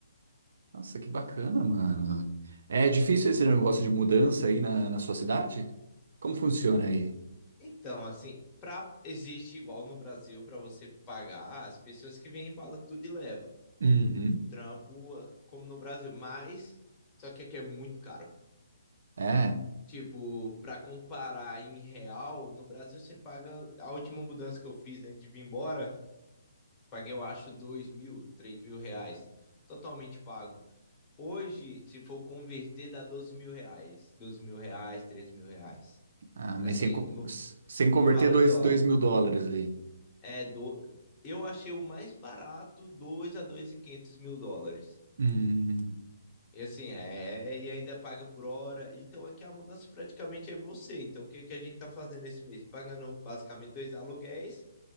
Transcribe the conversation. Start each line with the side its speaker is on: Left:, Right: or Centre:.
Right: Nossa, que bacana, mano. É difícil esse negócio de mudança aí na, na sua cidade? Como funciona aí?
Left: Então, assim, pra, existe igual no Brasil para você pagar as pessoas que vêm embala tudo e leva.
Right: Uhum.
Left: Trampo eh, como no Brasil, mas só que aqui é muito caro.
Right: É,
Left: Tipo, para comparar em real, no Brasil você paga a última mudança que eu fiz antes de vir embora, paguei eu acho dois mil, três mil reais, totalmente pago. Hoje, se for converter, dá doze mil reais, 12 mil reais, 13 mil reais.
Right: ah, mas
Left: Assim,
Right: sem, co-
Left: no,
Right: sem converter
Left: no valor
Right: dois,
Left: em dólar.
Right: dois mil dólares ali.
Left: É, do... eu achei o mais barato 2 a dois e quinhentos mil dólares.
Right: Hum.
Left: E assim, é, é, e ainda paga por hora. Então aqui a mudança praticamente é você. Então o que, que a gente tá fazendo esse mês? Pagando basicamente dois aluguéis